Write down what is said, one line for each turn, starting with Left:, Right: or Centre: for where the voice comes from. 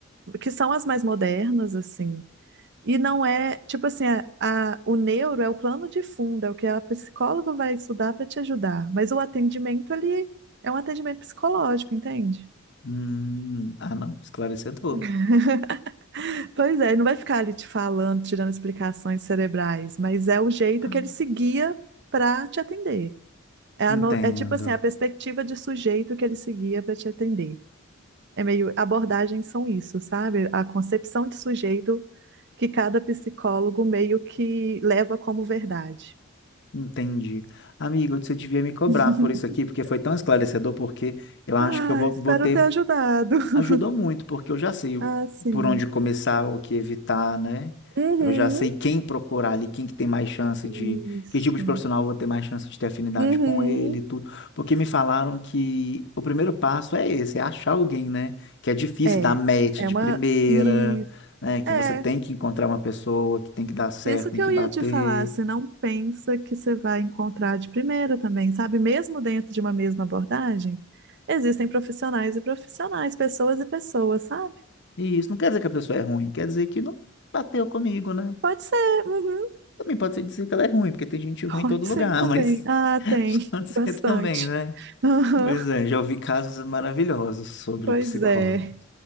Right: que são as mais modernas, assim. E não é, tipo assim, a, a- o neuro é o plano de fundo, é o que a psicóloga vai estudar para te ajudar. Mas o atendimento ali é um atendimento psicológico, entende?
Left: Hum, ah, não, esclarecedor.
Right: Uhum. <laughs> Pois é, ele não vai ficar ali te falando, tirando explicações cerebrais, mas é o jeito
Left: Ah,
Right: que ele seguia para te atender. É, a
Left: Entendo,
Right: no- é tipo assim, a perspectiva de sujeito que ele seguia para te atender. É meio, abordagens são isso, sabe? A concepção de sujeito que cada psicólogo meio que leva como verdade.
Left: entendi. Amigo, você devia me cobrar
Right: <laughs>
Left: por isso aqui, porque foi tão esclarecedor, porque eu acho
Right: Ah,
Left: que eu vou,
Right: espero
Left: vou ter
Right: ter ajudado. <laughs>
Left: Ajudou muito, porque eu já sei o-
Right: Ah, sim.
Left: por onde começar, o que evitar, né?
Right: Uhum,
Left: Eu já sei quem procurar ali, quem que tem mais chance
Right: Isso.
Left: de... Que tipo de profissional eu vou ter mais chance de ter afinidade
Right: uhum.
Left: com ele e tudo. Porque me falaram que o primeiro passo é esse, é achar alguém, né? Que é difícil
Right: É,
Left: dar match
Right: é
Left: de
Right: uma.
Left: primeira,
Right: E,
Left: né? Que
Right: é,
Left: você tem que encontrar uma pessoa, que tem que dar certo,
Right: isso
Left: tem
Right: que
Left: que
Right: eu
Left: bater.
Right: ia te falar. Você não pensa que você vai encontrar de primeira também, sabe? Mesmo dentro de uma mesma abordagem, existem profissionais e profissionais, pessoas e pessoas, sabe?
Left: E isso não quer dizer que a pessoa é ruim, quer dizer que não bateu comigo, né?
Right: Pode ser, uhum,
Left: Também pode ser dizer que ela é ruim, porque tem
Right: <laughs>
Left: gente ruim
Right: pode
Left: em todo lugar,
Right: ser também.
Left: <laughs> mas...
Right: Ah,
Left: <laughs>
Right: tem,
Left: Pode ser
Right: bastante.
Left: também, né?
Right: <laughs> Aham,
Left: Pois é, já ouvi casos maravilhosos sobre
Right: pois
Left: psicólogos.
Right: é.